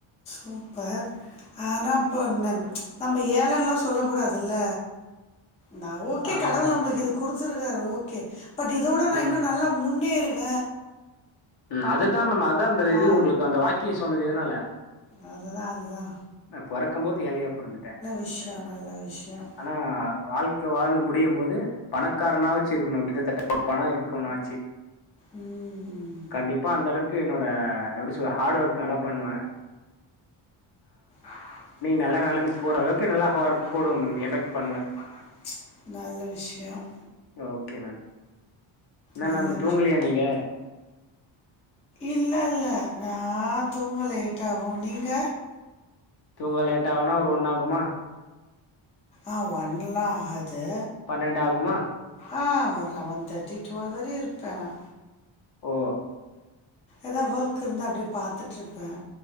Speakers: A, on the left; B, on the left.
A: சூப்பர் ஆனா இப்பென்ன நம்ம ஏழல்லா சொல்ல கூடாதுல்ல நா ஓ கே
B: ஆமா
A: கடவுள் நம்மளுக் இது கொடுத்துருக்காரு ஓகே பட் இத விட நா
B: ம்
A: இன்னு நல்லா முன்னேறுவ
B: ம் அதுதா மேம் அதா அந்த
A: ஆ.
B: இது உங்களுக்கு அந்த வாக்கியோ சொன்னது எதனால
A: அததா அதுதா
B: நா பொறக்கும் போது ஏழயா பொறந்துட்டே
A: விஷயம் நல்ல விஷயம்
B: னா வாழ்க்க வாழ்ந்து முடியும் போது பணக்காரனா வச்சி இருக்கணும் கிட்டத்தட்ட ஒரு பணனோ இருக்கனோயாச்சி
A: ம்
B: கண்டிப்பா அந்த அளவுக்கு என்னோட எப்டி சொல ஹார்ட் ஒர்க் நல்லா பண்ணுவன்
A: ஆ
B: நல்ல
A: பண்ணி
B: நெலைமைக்கு
A: நல்லா
B: போற அளவுக்கு
A: ஓரளவுக்கு
B: ஒர்க்
A: நல்லா
B: போடுவே
A: போடும்
B: மேம்
A: போடும்
B: எஃபெக்ட் பண்ணுவே.
A: எஃபக்ட் பண்ணுவ நல்ல விஷ்யோம்
B: ஓகே மேம் என்ன
A: நல்ல
B: மேம் தூங்கலியா நீங்க
A: இல்ல இல்ல நா தூங்க லேட்டாகும் நீங்க
B: தூங்கா லேட் ஆவுணா ஒரு ஒன்னு ஆகும்மா
A: ஆ ஒன்லா ஆகது
B: பன்னெண்டாகுமா
A: ஆ ஒரு லெவன் தேர்ட்டி டுவெல் வர இருப்ப ஆ
B: ஓ!
A: எதா ஒர்க் இருந்தா அப்டியே பாத்துட்ருப்பன்